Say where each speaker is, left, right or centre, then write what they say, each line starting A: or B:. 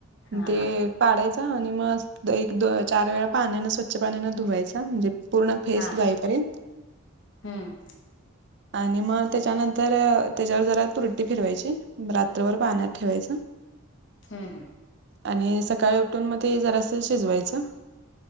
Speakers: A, on the left; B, on the right.
A: हा
B: ते
A: हा
B: पाडायचा आणि मग अस एक-दो चार वेळा पाण्याने, स्वच्छ पाण्याने धुवायचा म्हणजे पूर्ण फेस
A: हा
B: जाईपर्यंत.
A: हम्म.
B: आणि मग त्याच्यानंतर, त्याच्यावर जरा तुरटी फिरवायची. रात्रभर पाण्यात
A: हम्म
B: ठेवायचं.
A: हम्म.
B: आणि सकाळी उठून मग ते जरासं शिजवायचं.